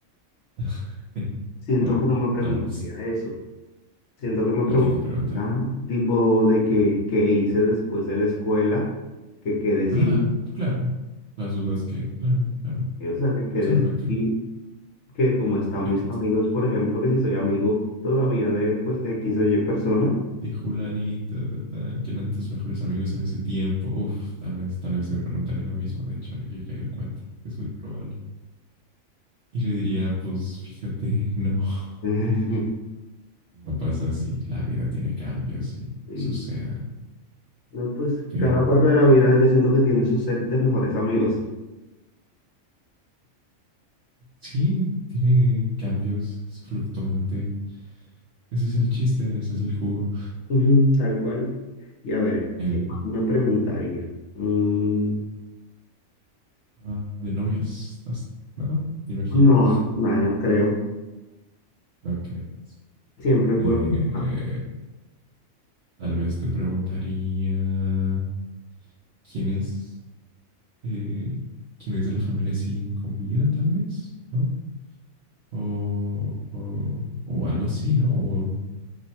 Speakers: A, on the right; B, on the left.
A: <laughs>
B: siento
A: Bueno,
B: que no me preguntaría
A: tal vez.
B: eso. Siento que me preguntaría,
A: ¿Y qué te preguntaré?
B: tipo, de que, qué hice después de la escuela, que qué decidí,
A: Ah, claro. Las dudas que, claro, claro.
B: o sea, que qué
A: Suena
B: decidí
A: factible.
B: que como están
A: Que
B: mis
A: te-
B: amigos, por ejemplo, que si soy amigo todavía de, pues, de X o Y persona,
A: de Julanito, de tal, que eran tus mejores amigos en ese tiempo. Uf, tal vez, tal vez me preguntaría lo mismo, de hecho, ahora que caigo en cuenta. Es muy probable. Y le diría, pues fíjate, no.
B: <laughs>
A: <laughs> Pues No pasa así. La vida tiene cambios y
B: sí,
A: suceden.
B: no, pues
A: Pero
B: cada parte de la vida yo siento que tiene su set de mejores amigos,
A: sí, tiene cambios, es fluctuante. Ese es el chiste, ese es el jugo.
B: Ujú, tal cual. Y a ver,
A: El
B: ¿qué más me preguntaría? Mm,
A: ah, de novias, ¿no? Me imagino.
B: no, nada, no creo.
A: No creas.
B: Siempre fue,
A: Eh,
B: ah,
A: Tal vez te preguntaría quiénes, eh, quiénes de la familia siguen con vida, tal vez, ¿no? O, o, o algo así, ¿no? O